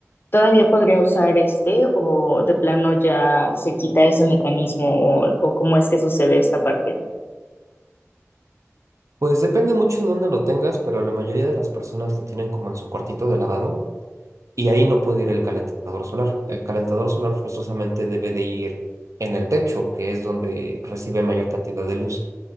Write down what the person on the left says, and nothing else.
¿Todavía podría usar este o de plano ya se quita ese mecanismo o, o cómo es que sucede esta parte?